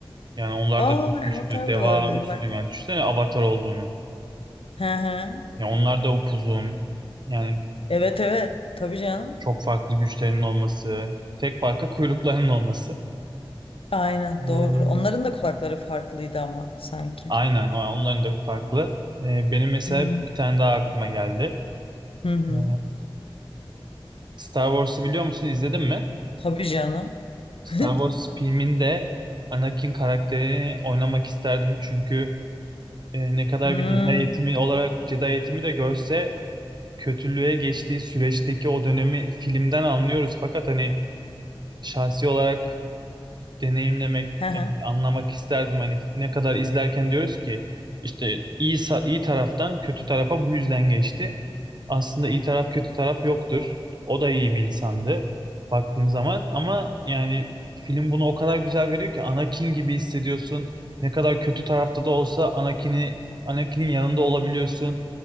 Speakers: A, on the right; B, on the left.
A: yani onlar
B: Aa
A: da çok güçlü.
B: Avatar
A: Deva
B: da olabilir
A: üstü
B: bak.
A: yani düşünsene Avatar olduğunu.
B: Hı hı.
A: Ya onlar da upuzun. Yani
B: Evet evet. Tabii canım.
A: çok farklı güçlerinin olması. Tek farkı kuyruklarının olması.
B: Aynen doğru.
A: Ee,
B: Onların da kulakları farklıydı ama sanki.
A: aynen. o- Onların da farklı. Ee, benim mesela
B: Hmm.
A: bir tane daha aklıma geldi.
B: Hı hı.
A: Ee, Star Wars'ı biliyor musun? İzledin mi?
B: Tabii canım.
A: Star
B: <laughs>
A: Wars filminde Anakin karakterini oynamak isterdim. Çünkü e, ne kadar
B: Hmm.
A: bir Jedi eğitimi olarak Jedi eğitimi de görse kötülüğe geçtiği süreçteki o dönemi filmden anlıyoruz. Fakat hani şahsi olarak deneyimlemek,
B: Hı hı.
A: yani anlamak isterdim. Hani ne kadar izlerken diyoruz ki işte iyi sa- iyi taraftan kötü tarafa bu yüzden geçti. Aslında iyi taraf kötü taraf yoktur. O da iyi bir insandı baktığın zaman ama yani film bunu o kadar güzel veriyor ki Anakin gibi hissediyorsun. Ne kadar kötü tarafta da olsa Anakin'i Anakin'in yanında olabiliyorsun.